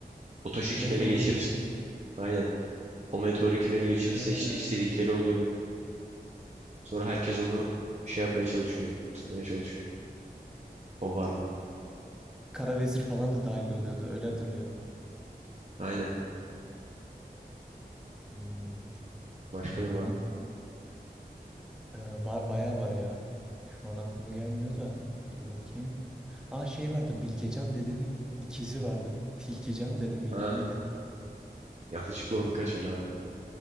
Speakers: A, on the right; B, in the centre.
A: O taşı kim
B: Meteoru
A: ele geçirirse
B: diyorsun.
A: aynen. O meteoru kim ele geçirirse
B: He.
A: işte istedikleri oluyor. Sonra herkes onu şey yapmaya çalışıyor. Tutmaya çalışıyor. O vardı.
B: Kara vezir falan da dahil oluyordu. Öyle hatırlıyorum.
A: Aynen.
B: Hmm,
A: Başka
B: benim
A: ne vardı?
B: e, var bayağı var ya. Şu an aklıma gelmiyor da. Dur bakayım. Aa şey vardı. Bilgecan dedenin ikizi vardı. Tilkican dede miydi
A: Ha,
B: neydi?
A: yanlışlıkla onu kaçırıyorlar.